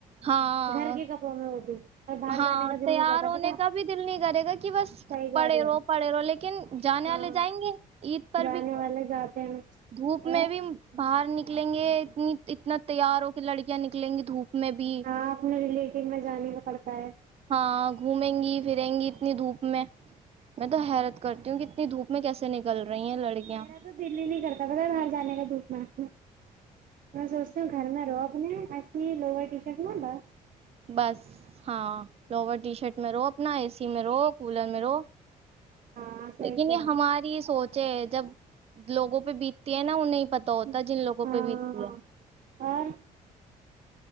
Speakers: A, on the right; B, on the right.
A: ہاں
B: گھر کے کپڑوں میں وہ بھی اور باہر
A: ہاں
B: جانے کا دل
A: تیار
B: نہیں کرتا
A: ہونے
B: پتا
A: کا بھی دل نہیں کرے گا کہ بس
B: صحیح
A: پڑھے
B: کہہ رہی
A: رہو
B: ہو
A: پڑھے رہو لیکن جانے
B: ہاں
A: والے جائیں گے عید پر
B: جانے
A: بھی
B: والے جاتے ہیں
A: دھوپ میں
B: اور
A: بھی باہر نہیں ک لیں گے اتنی اتنا تیار ہو کے لڑکیاں نکلیں گی دھوپ میں بھی
B: ہاں اپنے ریلیٹیو میں جانینا پڑتا ہے
A: ہاں گھومیں گی پھریں گ اتنی دھوپ میں میں تو حیرت کرتی ہوں کہ اتنی دھوپ میں کیسے نکل رہی ہیں لڑکیاں
B: میرا تو دلی ہی نہیں کرتا پتا باہر جانے کا دکھ ہوں ہ میں سوچتی ہوں گھر میں رو اپنے لوور ٹی شرٹ ن بس
A: بس ہاں لور ٹی شرٹ میں رو اپنا اے سی میں رو کولر میں رو
B: ہاں صحیح
A: لیکن
B: کہہ
A: یہ
B: رہی
A: ہماری سوچ ہے جب لوگوں پہ بیتتی ہے نا انہیں پت ہوتا
B: ہو
A: جن لوگوں
B: ہاں
A: پہ بیتی ہے
B: اور